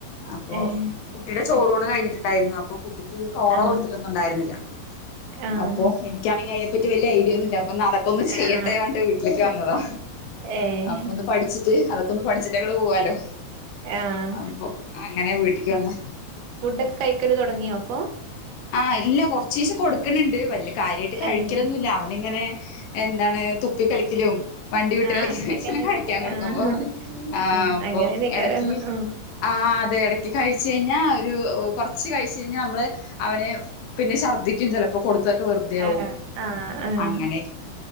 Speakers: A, on the left; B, on the right.
A: അപ്പൊ
B: ഏഹ്
A: കുട്ടിയുടെ ചോറൂണ്. കഴിഞ്ഞിട്ടുണ്ടായിരുന്നു. അപ്പൊ <unintelligible>
B: ആഹ്
A: കൊടുത്തിട്ടൊന്നുംണ്ടായിരുന്നില്ല
B: ആഹ്
A: അപ്പൊ എനിക്കാണെങ്കിൽ അതിനെപ്പറ്റി വലിയ ഐഡിയ ഒന്നുമില്ല അ അതൊക്കെ ഒന്ന് ചെയ്യട്ടെ
B: ആഹ്
A: വട്ട് വീട്ടിലേക്ക് വന്നതാ.
B: ഏഹ്
A: അപ്പൊ ഒന്ന് പഠിച്ചിട്ട് അതൊ പഠിച്ചിട്ട് ഓക്കെ പോവാലോ
B: ആഹ്
A: അപ്പൊ അങ്ങനെ വീട്ടക്ക് വന്ന
B: ഫുഡ് ഒക്കെ കൈക്കല് തുടങ്ങിയോ ഇപ്പൊ.
A: ആഹ് ഇല്ല കൊറച്ചിച കൊടുക്കണണ്ട്. വല്യ കാര്യമായിട്ട് കഴിക്കലൊന്നുമില്ല.
B: ഏഹ്
A: അവൻങ്ങനെ എന്താണ് തുപ കളിക്കലും. വണ്ടി വട്ടുകളികലാണ്
B: ആഹ് അങ്ങനെയൊക്കെന്നെക്കാരം
A: കഴിക്കാൻ കൊടുക്കുമ്പോ
B: ആഹ്
A: ആ
B: ഉം
A: അപ്പൊ
B: അങ്ങനെന്നെക്കാരം
A: ഇടക്ക്.
B: ഉം
A: ആ അതെ ഇടക്ക് കഴിച്ച കഴിഞ്ഞാ ഒരു കൊറച്ച് കഴിച്ച കഴിഞ്ഞാൽ. നമ്മള് അവന്. പിന്നെ ഛർദ്ദിക്കും ചിലപ്പോ കൊടുത്തൊക്കെ വെറുതെ ആകും.
B: ആഹ് ആഹ് ആഹ്
A: അങ്ങനെ